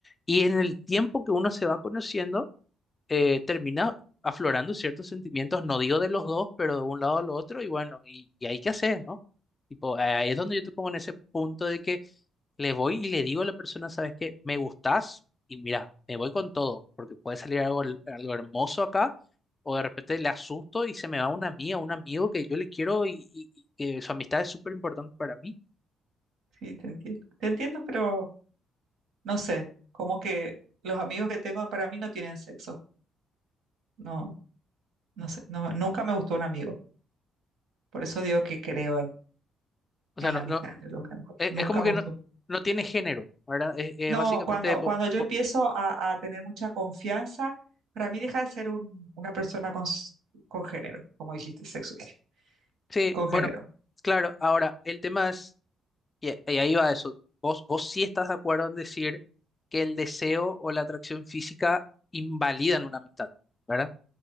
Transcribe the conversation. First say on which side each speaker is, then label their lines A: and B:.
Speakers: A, on the left; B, on the right.
A: y en el tiempo que uno se va conociendo, eh, termina aflorando ciertos sentimientos, no digo de los dos, pero de un lado al otro, y bueno, y, y ahí qué haces, ¿no? Tipo, ahí es donde yo te pongo en ese punto de que le voy y le digo a la persona, ¿sabes qué? Me gustás y mira, me voy con todo, porque puede salir algo, algo hermoso acá, o de repente le asusto y se me va una amiga, un amigo que yo le quiero y, y- y que su amistad es súper importante para mí.
B: Sí, te entiendo. Te entiendo, pero... no sé, como que los amigos que tengo para mí no tienen sexo. No, no sé, no, nunca me gustó un amigo. Por eso digo que creo en,
A: O
B: en
A: sea, no,
B: la amistad
A: no,
B: entre el hombre y la mujer.
A: es,
B: Nunca
A: es como
B: me
A: que
B: gustó.
A: no, no tiene género, ¿verdad? Es, es
B: No,
A: básicamente...
B: cuando,
A: bo-
B: cuando yo
A: bo-
B: empiezo a, a tener mucha confianza, para mí deja de ser un- una persona con, s- con género, como dijiste, sexo, dije,
A: Sí,
B: con
A: bueno,
B: género.
A: claro, ahora el tema es, y, y ahí va eso, vos, vos sí estás de acuerdo en decir que el deseo o la atracción física invalidan una amistad, ¿verdad?